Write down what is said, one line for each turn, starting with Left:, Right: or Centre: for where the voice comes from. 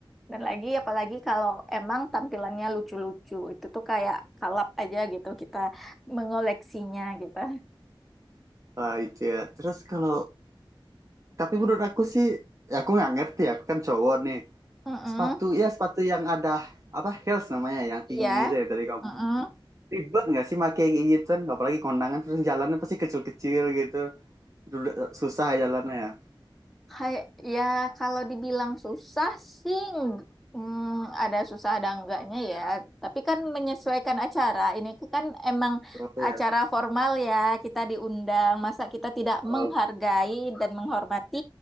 Centre: Dan lagi apalagi kalau emang tampilannya lucu-lucu itu tuh kayak kalap aja gitu kita mengoleksinya gitu.
Right: Wah, itu ya. Terus kalau tapi menurut aku sih ya aku nggak ngerti ya, aku kan cowok nih.
Centre: Mm-mm.
Right: Sepatu ya sepatu yang ada apa heels namanya yang
Centre: Iya.
Right: tinggi itu ya tadi kamu
Centre: Mm-mm.
Right: ngomong. Ribet nggak sih pakai kayak gituan apalagi kondangan terus jalannya pasti kecil-kecil gitu. Udah- Susah ya jalannya ya.
Centre: Kayak ya kalau dibilang susah sih ng- mm, ada susah ada enggaknya ya. Tapi kan menyesuaikan acara. Ini kan emang
Right: Oh ya.
Centre: acara formal ya, kita diundang. Masa kita tidak
Right: Oh,
Centre: menghargai dan menghormati